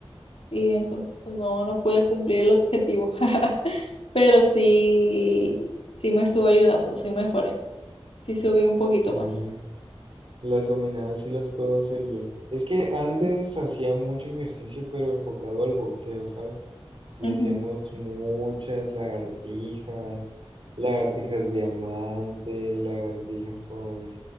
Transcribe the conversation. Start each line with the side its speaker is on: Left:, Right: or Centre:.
Left: y entonces pues, no, no pude cumplir el objetivo. <laughs> Pero sí, sí me estuvo ayudando, sí mejoré, sí subí un poquito
Right: Mm,
Left: más.
Right: las dominadas sí las puedo hacer yo. Es que antes hacía mucho ejercicio, pero enfocado al boxeo, ¿sabes? Y
Left: Ujú.
Right: hacíamos muchas lagartijas, lagartijas diamante, lagartijas con